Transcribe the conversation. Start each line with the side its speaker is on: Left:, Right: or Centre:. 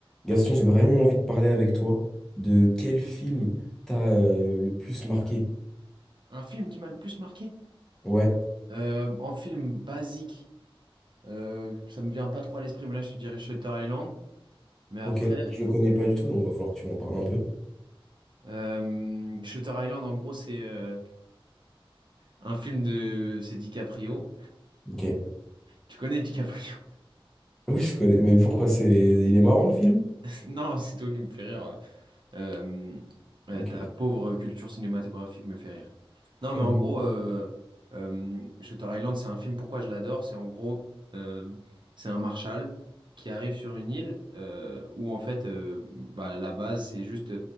Centre: Gaston, j'ai vraiment envie de parler avec toi de quel film t'a euh, le plus marqué.
Right: Un film qui m'a le plus marqué?
Centre: Ouais,
Right: Euh, en film basique, euh, ça me vient pas trop à l'esprit, mais là je te dirais Shutter Island. Mais après,
Centre: ok, je le connais pas du tout, donc il va falloir que tu m'en parles un peu.
Right: euh, Shutter Island, en gros, c'est euh, un film de... C'est DiCaprio.
Centre: Ok. <laughs>
Right: Tu connais DiCaprio? <laughs>
Centre: Oui, je connais, mais pourquoi c'est... Il est marrant le film?
Right: Non, c'est toi qui me fais rire. Euh, euh,
Centre: Ok.
Right: ta pauvre culture cinématographique me fait rire.
Centre: Ok,
Right: Non, mais en gros, euh,
Centre: <laughs>
Right: euh, Shutter Island, c'est un film, pourquoi je l'adore? C'est en gros, euh, c'est un marshal qui arrive sur une île euh, où en fait, euh, bah, la base, c'est juste